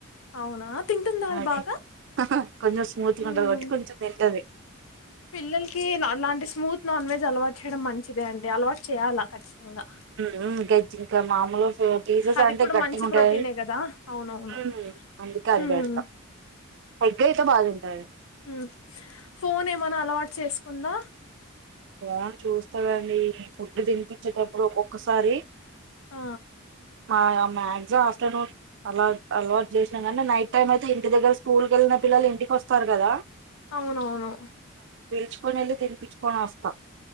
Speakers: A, on the left; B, on the right.
A: అవునా తింటుందా అది
B: అదే
A: బాగా
B: కొంచెం స్మూత్గా
A: హ్మ్
B: ఉంటది కాట్టి కొంచెం తింటాది
A: పిల్లలకి అలాంటి స్మూత్ నాన్ వెజ్ అలవాటు చేయడం మంచిదే అండి. అలవాటు చేయాలా కచ్ అ
B: ఉహు గజ్ ఇంకా మామూలు పీసెస్
A: అది
B: అంటే
A: కూడా
B: గట్టిగ
A: మంచి
B: ఉంటాయి
A: ప్రోటీనే కదా అవునవును
B: ఉమ్ అందుకే అది
A: హ్మ్
B: పెడతా ఎగ్ అయితే బాగా తింటాడు
A: ఉ ఫోన్ ఏమనా అలవాటు చేసుకుందా
B: ఆ చూస్తాదండి ఫుడ్డు తినిపించేటప్పుడు ఒక్కొక్కసారి
A: ఆ
B: మా మాక్సిమం ఆఫ్టర్నూన్ అలా అలవాటు చేసినా కానీ నైట్ టైమ్ అయితే ఇంటి దగ్గర స్కూల్ కి వెళ్ళిన పిల్లలు ఇంటికివస్తారు కదా
A: అవునవును
B: చ్చుకొని వెళ్ళి తినిపిచ్చుకొని వస్తా